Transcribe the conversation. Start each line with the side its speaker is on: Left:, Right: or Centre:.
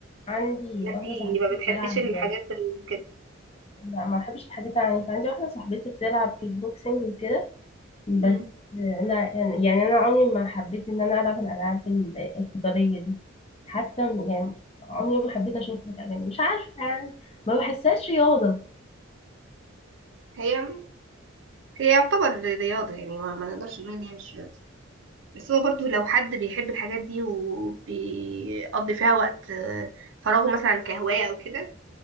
Left: عندي
Right: إن انتي
Left: واحدة صاحبتي
Right: ما بتحبيش
Left: بتلعب
Right: الحاجات ال- كده
Left: لا ما بحبش الحاجات العنيفة عندي واحدة صاحبتي بتلعب كيك بوكسينج وكده بس
Right: مم.
Left: أنا يعني أنا عمري ما حبيت إن أنا ألعب الألعاب ال- القتالية دي حتى يعني عمري ما حبيت أشوفها كمان مش عارفة يعني ما بحسهاش رياضة
Right: هي هي يعتبر رياضة يعني ما, ما نقدرش نقول ان هي مش رياضة بس هو برضو لو حد بيحب الحاجات دي وبيقضي فيها وقت آه، فراغه مثلا كهواية او كده